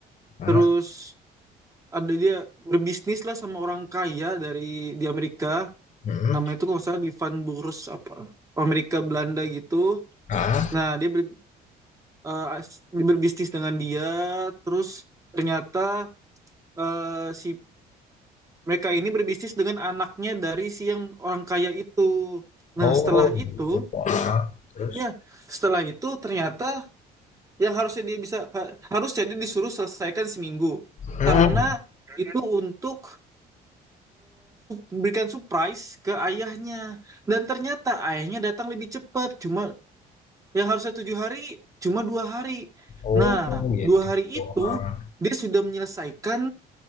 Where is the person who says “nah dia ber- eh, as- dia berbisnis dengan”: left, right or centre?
Right